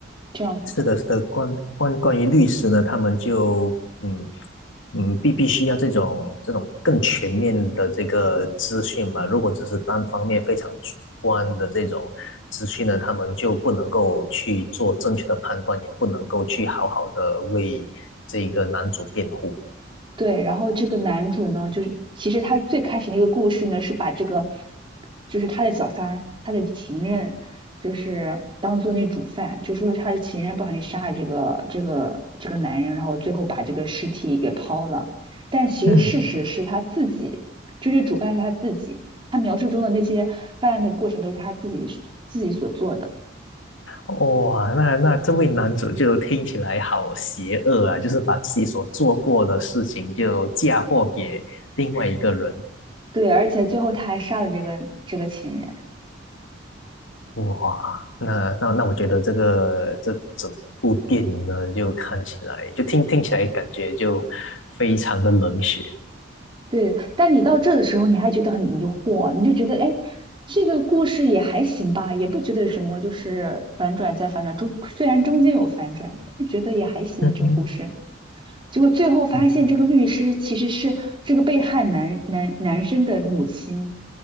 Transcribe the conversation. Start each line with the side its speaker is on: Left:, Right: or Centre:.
Right: 这样子的。”
Left: 是的，是的，关关关于律师呢，他们就嗯嗯，必必须要这种这种更全面的这个资讯嘛。如果只是单方面非常主观的这种资讯呢，他们就不能够去做正确的判断，也不能够去好好的为这个男主辩护。
Right: 对，然后这个男主呢，就是其实他最开始那个故事呢，是把这个就是他的小三儿，他的情人，就是当做那主犯，就说他的情人不小心杀了这个这个这个男人，然后最后把这个尸体给抛了。但其实事实是他自己，
Left: 嗯，
Right: 就是主犯是他自己，他描述中的那些犯案的过程都是他自己自己所做的。
Left: 哇，那那这位男主就听起来好邪恶啊，就是把自己所做过的事情就嫁祸给另外一个人。
Right: 对，而且最后他还杀了这个这个情人。
Left: 哇，那那那我觉得这个这整部电影呢，就看起来就听听起来感觉就非常的冷血。
Right: 对，但你到这的时候，你还觉得很疑惑，你就觉得，哎，这个故事也还行吧，也不觉得有什么，就是反转再反转，中虽然中间有反转，但是觉得也还行的这个故事。
Left: 嗯哼，
Right: 结果最后发现，
Left: 嗯
Right: 这个律师其实是这个被害男男男生的母亲，